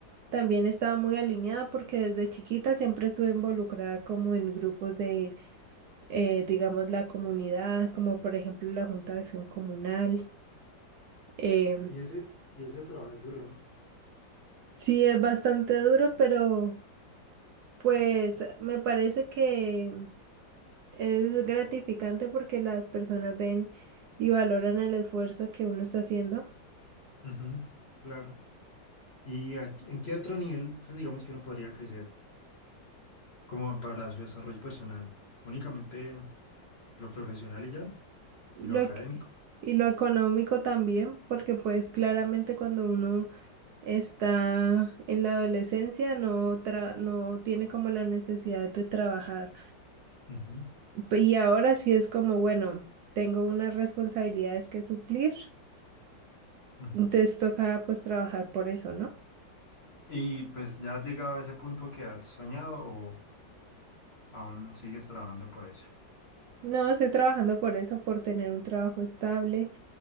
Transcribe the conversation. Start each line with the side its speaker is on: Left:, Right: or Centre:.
Right: también estaba muy alineada porque desde chiquita siempre estuve involucrada como en grupos de, eh, digamos, la comunidad, como por ejemplo la Junta de Acción Comunal. Em,
Left: Y ese, y ese trabajo es duro, ¿no?
Right: sí, es bastante duro, pero... Pues me parece que es gratificante porque las personas ven y valoran el esfuerzo que uno está haciendo.
Left: Ujú, claro. ¿Y aquí- en qué otro nivel, pues digamos que uno podría crecer como para su desarrollo personal? Únicamente lo profesional y ya,
Right: Lo,
Left: y lo académico.
Right: ec- y lo económico también, porque pues claramente cuando uno está en la adolescencia no, tra- no tiene como la necesidad de trabajar.
Left: Ujú,
Right: Pe- Y ahora sí es como, bueno, tengo unas responsabilidades que suplir,
Left: ujú.
Right: entonces toca pues trabajar por eso, ¿no?
Left: ¿Y pues ya has llegado a ese punto que has soñado o aún sigues trabajando por eso?
Right: No, estoy trabajando por eso, por tener un trabajo estable